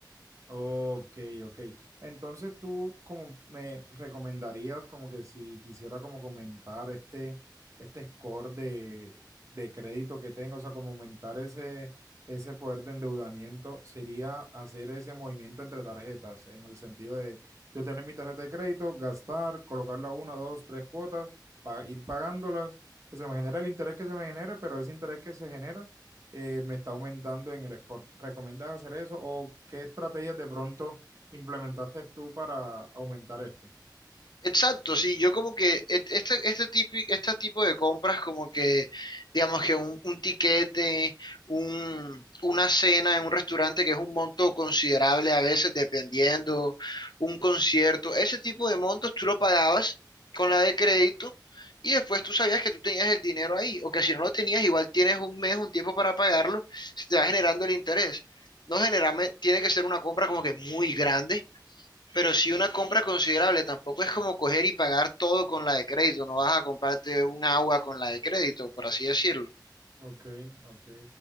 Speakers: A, on the right; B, on the left.
A: Ok, ok. Entonces tú como me recomendarías como que si quisiera como comentar este, este score de, de crédito que tengo, o sea, como aumentar ese, ese poder de endeudamiento, sería hacer ese movimiento entre tarjetas, en el sentido de yo tener mi tarjeta de crédito, gastar, colocarla una, dos, tres cuotas, pa- ir pagándolas, que se me genere el interés que se me genere, pero ese interés que se genera eh, me está aumentando en el score. ¿Recomiendas hacer eso o qué estrategias de pronto implementaste tú para aumentar esto?
B: Exacto, sí, yo como que et- este, este, tipo, este tipo de compras como que, digamos que un, un tiquete, un, una cena en un restaurante que es un monto considerable a veces dependiendo, un concierto, ese tipo de montos tú lo pagabas con la de crédito y después tú sabías que tú tenías el dinero ahí o que si no lo tenías igual tienes un mes, un tiempo para pagarlo, se te va generando el interés. No generalmente tiene que ser una compra como que muy grande pero si una compra considerable, tampoco es como coger y pagar todo con la de crédito, no vas a comprarte un agua con la de crédito, por así decirlo.
A: Ok, ok.